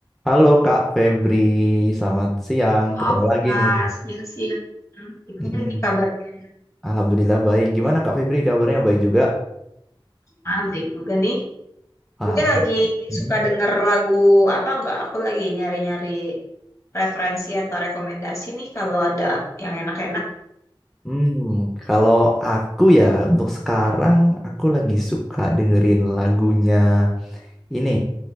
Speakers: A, in the centre; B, on the left.
A: Halo Kak Febri, selamat siang.
B: Maaf,
A: Ketemu lagi
B: Mas.
A: nih.
B: Siang siang. Gimana
A: Mm-mm.
B: nih kabarnya?
A: Alhamdulillah baik. Gimana Kak Febri kabarnya? Baik juga?
B: Ah, baik juga nih.
A: Ah,
B: Juga lagi
A: mm.
B: suka denger lagu apa enggak? Aku lagi nyari-nyari referensi atau rekomendasi nih kalau ada yang enak-enak.
A: Hmm, kalau aku ya untuk sekarang aku lagi suka dengerin lagunya ini